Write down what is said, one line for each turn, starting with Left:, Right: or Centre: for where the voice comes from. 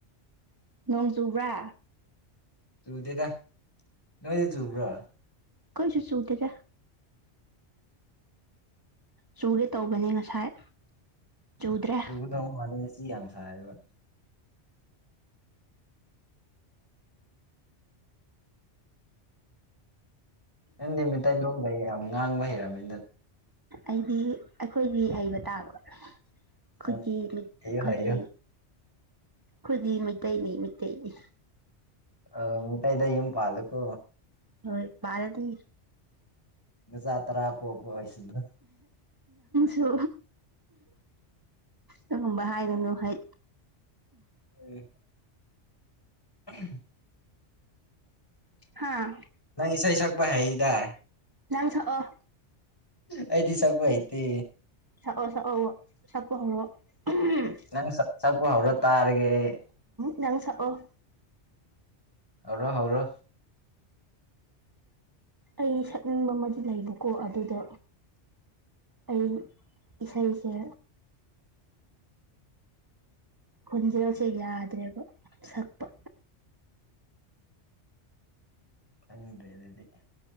Right: ꯅꯣꯡ ꯆꯨꯕ꯭ꯔꯥ
Left: ꯆꯨꯗꯦꯗ ꯅꯣꯏꯗꯤ ꯆꯨꯕ꯭ꯔꯣ
Right: ꯀꯩꯁꯨ ꯆꯨꯗꯦꯗ ꯆꯨꯒꯦ ꯇꯧꯕꯅꯤ ꯉꯁꯥꯏ ꯆꯨꯗ꯭ꯔꯦ
Left: ꯆꯨꯒꯗꯧ ꯃꯥꯜꯂꯦ ꯑꯁꯤ ꯌꯥꯝ ꯁꯥꯌꯦꯕ ꯅꯪꯗꯤ ꯃꯩꯇꯩꯂꯣꯟꯒ ꯌꯥꯝ ꯉꯥꯡꯕ ꯍꯩꯔꯝꯃꯦ
Right: ꯑꯩꯗꯤ ꯑꯩꯈꯣꯏꯗꯤ ꯍꯩꯕ ꯇꯥꯕ ꯈꯨꯗꯤ
Left: ꯎꯝ ꯍꯩꯌꯨ
Right: ꯈꯨꯗꯤ
Left: ꯍꯩꯌꯨ
Right: ꯈꯣꯏꯗꯤ ꯃꯩꯇꯩꯅꯦ ꯃꯩꯇꯩꯅꯦ
Left: ꯑ ꯃꯤꯇꯩꯗ ꯌꯨꯝ ꯄꯥꯂꯨꯀꯣ
Right: ꯍꯣꯏ ꯄꯥꯜꯂꯗꯤ
Left: ꯅꯆꯥ ꯇꯔꯥ ꯄꯣꯛꯄ ꯑꯣꯏꯁꯅꯨ
Right: ꯇꯨ ꯗꯨꯒꯨꯝꯕ ꯍꯥꯏꯒꯅꯨ ꯍꯩꯠ
Left: ꯎꯝ <inaudible>
Right: ꯍꯥꯥ
Left: ꯅꯪ ꯏꯁꯩ ꯁꯛꯄ ꯍꯩꯗꯥꯢ
Right: ꯅꯪ ꯁꯛꯑꯣ
Left: ꯑꯩꯗꯤ ꯁꯛꯄ ꯍꯩꯇꯦ
Right: ꯁꯛꯑꯣ ꯁꯛꯑꯣ ꯁꯛꯄ ꯍꯧꯔꯣ ꯎꯝ
Left: ꯅꯪ ꯁꯛ ꯁꯛꯄ ꯍꯧꯔꯣ ꯇꯥꯔꯒꯦ ꯑꯩ
Right: ꯅꯪ ꯁꯛꯑꯣ
Left: ꯍꯧꯔꯣ ꯍꯧꯔꯣ
Right: ꯑꯩ ꯁꯛꯅꯤꯡꯕ ꯑꯃꯗꯤ ꯂꯩꯕꯀꯣ ꯑꯗꯨꯗ ꯑꯩ ꯏꯁꯩꯁꯦ ꯈꯣꯟꯖꯦꯜꯁꯦ ꯌꯥꯗ꯭ꯔꯦꯕ ꯁꯛꯄ
Left: ꯈꯪꯗ꯭ꯔꯦ ꯑꯗꯨꯗꯤ